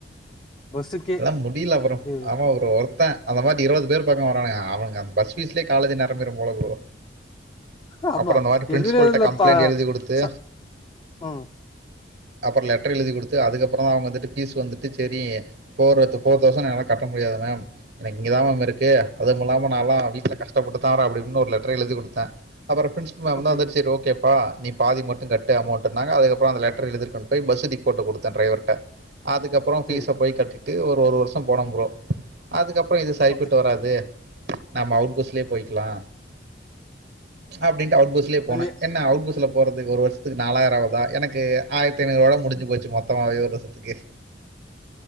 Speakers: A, on the left; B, on the right.
A: பஸ்ஸுக்கே
B: அதல்லா முடியல ப்ரோ
A: ம்
B: அவ ஒருத்த அந்த மாதிரி இருபது பேர் பக்கோ வர்றானுவ அவனுக் ஆ பஸ் ஃபீஸ்லயே காலேஜ் நடந்துரும் போல ப்ரோ
A: ஆமா
B: அப்புறம் அந்த மாரி பிரின்சிபல்ட்ட
A: எதுல என்னப்பா
B: கம்ப்ளைண்ட் எழுதி குடுத்து,
A: ச ஹ்ம்
B: அப்புறோ லெட்டர் எழுதி கொடுத்து அதுக்கப்புறம் அவங்க வந்துட்டு ஃபீஸ் வந்துட் சே சேரி போர் போர் தௌசண்ட் என்னால கட்ட முடியாது மேம் எனக்கு இங்கதா மேம் இருக்கு அதுவும் இல்லாம நான் வீட்ல கஷ்டப்பட்டு தான் வறேன் அப்படின்னு ஒரு லெட்டர் எழுதி கொடுத்தே அப்றோ ப்ரின்சிபல் மேம்
A: ஓகே
B: தா வந்துச் சரி ஓகே ப்பா நீ பாதி மட்டும் கட்டு அமௌண்ட்டுன்னாங்க அதுக்கப்புறம் அந்த லெட்டர எழுதி <unintelligible> பஸ் ரிப்போர்ட்ட குடுத்தே டிரைவர்ட்ட அதுக்குப்பற அப்புறோ ஃபீசப்
A: சேரி
B: போய் கட்டி ஒரு ஒரு வருஷம் போனோ ப்ரோ அதுக்கப் ப்புறோ இது சரிப்பட்டு
A: ஓகே
B: வராது நம் அவுட் பஸ்லேயே போயிக்கலா அப்டின்னு அவுட்பஸ்லய போனே
A: வெளிய
B: என்ன அவுட் பஸ்ல போறதுக்கு ஒரு வருஷத்துக்கு நாலாயிரம் ஆகுதா எனக்கு ஆயிரத்தி ஐநூறு ரூபால முடிஞ்சு போச்சு மொத்தமாவே ஒரு வருஷத்துக்கு